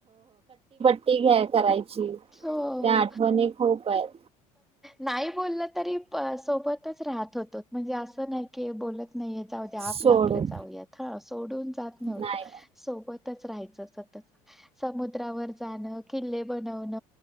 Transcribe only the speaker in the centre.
हो
हो
नाही बोल तरी सोबतच राहत होतो म्हणजे अस नाही बो लत नाही जाऊ आपलं
आपलं जाऊयात ह सोडून जात नव्हत
सोबत राहायचं सतत समुद्रावर जाणं किल्ले बनवण